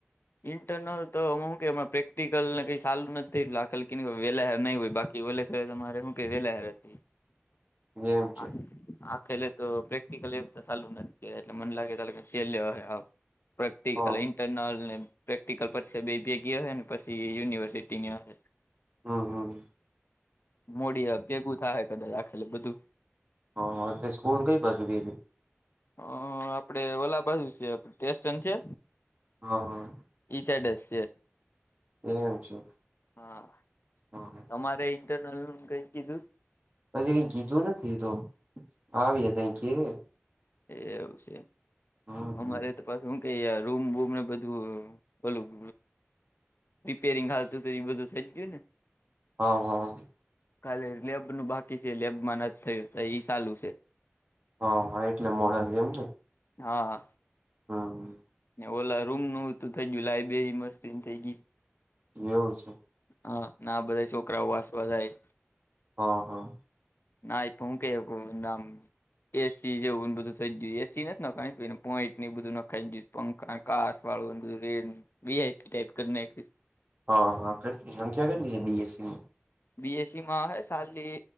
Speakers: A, on the left; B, on the right.
A: ઇન્ટરનલ તો હું કે અમના પ્રેક્ટિકલ ને કઈ સારું નથી લા <unintelligible> એટલે નઈ હોય બા ઓલે ફેરે કે તમારે હું કે લહેર હતી
B: એમ છે
A: હા આખેલે તો પ્રેક્ટિકલએ ચાલુ નથી થયાં એટલે મને લાગેે <unintelligible> છેલ્લે હહે હાવ પ્રેક્ટિક
B: હ
A: <unintelligible> ઇટર્નલ ને પ્રેક્ટિકલ પક્ષા બે ભેગી હહે ને પહી યુનિવર્સિટીની હએ
B: હમ હમ
A: મોડી અ ભેગું થાહે કદાચ આાખેલે બધું
B: હ તે સ્કૂલ કઈ બાજુ ક્યરી
A: હ આપડે ઓલા બાજુ છે ટેસ્ટન છે
B: હા હા
A: ઈ સાઈડ હજ છે
B: એમ છે
A: હા
B: હા
A: અમારે ઇન્ટરનલ નુ કઈ કીધું
B: પછી કઈ કીધું નથી તો આવ્યે તય કેહે
A: એ એવું છે
B: હમ
A: અમારે તો પ હું ક રૂમ બૂમ ને બધું ઓલું રીપેરિંગ હાલતું તો એ બધું થઈ ગયું ને
B: હ હા
A: ખાલે લેબ નુ બાકી શે લેબમાં નથી થયું ઈ એ સાલું છે
B: હ હા એટલે મોડા છે એમ ને
A: હા
B: હમ
A: ઓલા રૂમ નું તું થઈ ગયું લાાઈબ્રેરી મસ્તી ની થઈ ગય
B: એવું છે
A: હા ના બધા છોકરાઓ વાસવા જાય
B: હા હા
A: ના <unintelligible> એસી જેવુંને બધું થઈ ગયું હે એસી નથી નખ <unintelligible> પોઈન્ટ એ બધું નખાઈ ગયું પંખા કાશ વાળું ને રેડ વીઆઈપી ટાઈપ કરી નાખયું છે
B: હા હા કેટલી સંખ્યા કેટલી છે બીએસસી મા
A: બી એસી માં હ સાલી